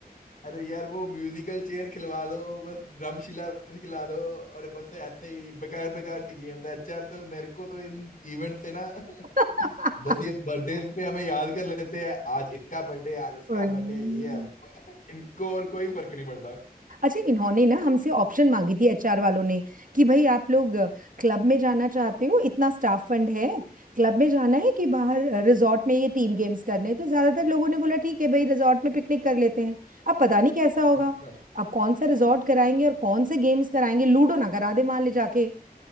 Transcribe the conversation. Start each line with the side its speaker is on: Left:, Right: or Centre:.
Left: अरे यार वो म्यूजिकल चेयर खिलवा दो बस ड्रमशिला खिला दो और बस ऐसे ही बेकार बेकार सी गेम है अच्छा यार सर मेरे को तो इन इवेंट से ना <laughs>
Right: <laughs>
Left: बस ये बर्थडे पे हमें याद कर लेते हैं आज इसका बर्थडे है, आज उसका
Right: हम्म।
Left: बर्थडे है, ये है वो <laughs> है। इनको और कोई फर्क नहीं पड़ता
Right: अच्छा इन्होंने ना हमसे ऑप्शन मांगी थी एचआर वालों ने कि भाई आप लोग क्लब में जाना चाहते हो इतना स्टाफ फंड है क्लब में जाना है कि बाहर रिजॉर्ट में ये टीम गेम्स करने हैं तो ज्यादातर लोगों ने बोला ठीक है भाई रिजॉर्ट में पिकनिक कर लेते हैं अब पता नहीं कैसा होगा
Left: अच्छा।
Right: अब कौन सा रिजॉर्ट कराएंगे और कौन से गेम्स कराएंगे लूडो ना करा दे मान ले जाके